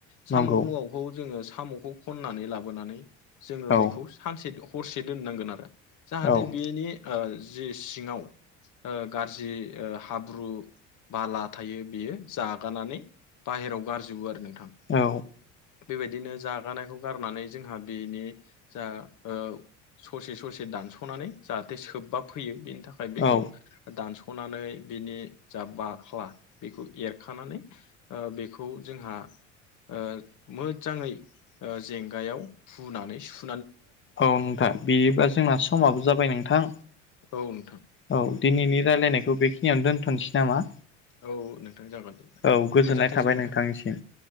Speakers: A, on the left; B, on the left.
A: साम'
B: नंगौ
A: गोलावखौ जोङो साम'खौ खननानै लाबोनानै जोङो
B: औ
A: बेखौ सानसे हरसे दोननांगोन आरो जाहाथे
B: औ
A: बेनि ओ जि सिङाव ओ गाज्रि ओ हाब्रु बाला थायो बेयो जागानानै बाहेरायाव गारजोबो आरो नों थां
B: औ
A: बेबायदिनो जागानायखौ गारनानै जोंहा बेनि जा ओ ससे ससे दानस'नानै जाहाथे सोबबा फैयो बेनि थाखाय बेखौ
B: औ
A: दानस'नानै बिनि जा बाख्ला बेखौ एरखानानै ओ बेखौ जोंहा ओ मोजाङै ओ जेंगायाव हुनानै सु
B: औ नोंथां बिदिबा जोंना समाबो जाबाय नोंथां
A: औ नोंथां
B: औ दिनैनि रायलायनायखौ बेखिनियावनो दोनथ'नोसै नामा
A: औ नोंथां जागोन दे
B: औ गोजोननाय
A: गोजोन्थोंसै
B: थाबाय
A: नोंथां
B: नोंथांनिसिम